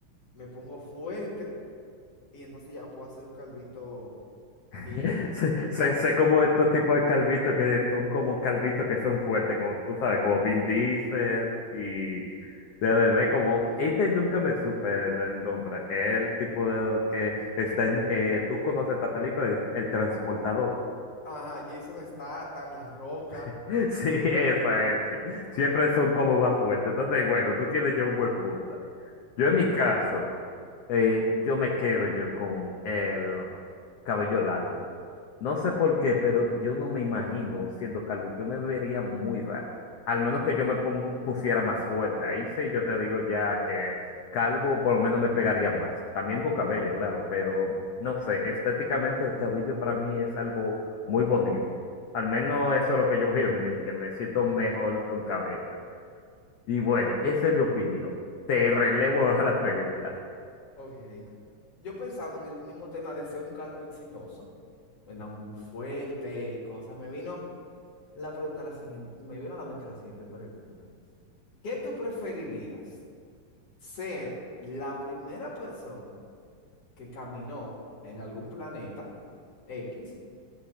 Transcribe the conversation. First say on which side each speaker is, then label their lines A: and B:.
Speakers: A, on the left; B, on the left.
A: me pongo fuerte y entonces ya puedo hacer un calvito
B: <laughs>
A: bien,
B: Sé,
A: en verdad.
B: sé- sé como estos tipos de calvitos que son como calvitos que son fuertes, como tú sabes, como Vin Diesel y de bebé, como este nunca me supe el, el nombre, que es el tipo de, que está en, eh, tú conoces esta película, el, el transportador.
A: Ajá, Jason Statham, La Roca.
B: <laughs> Sí, esa este. Siempre son como más fuertes. Entonces, bueno, tú tienes ya un buen punto ahí. Yo en mi caso. Eh, yo me quedo yo con el cabello largo. No sé por qué, pero yo no me imagino siendo calvo. Yo me vería muy raro. Al menos que yo me pon- pusiera más fuerte. Ahí sí yo te digo ya que calvo por lo menos me pegaría más. También con cabello, claro, pero no sé, estéticamente el cabello para mí es algo muy bonito. Al menos eso es lo que yo veo en mí, que me siento
A: <laughs>
B: mejor con cabello. Y bueno,
A: Ok.
B: esa es mi opinión. Te relevo ahora la pregunta.
A: Ok. Yo pensando en el mismo tema de ser un calvo exitoso, ¿verdad? Un fuerte y cosas, me vino la pregunta la siguiente, me vino a la mente la siguiente pregunta. ¿Qué tú preferirías? ¿Ser la primera persona que caminó en algún planeta X?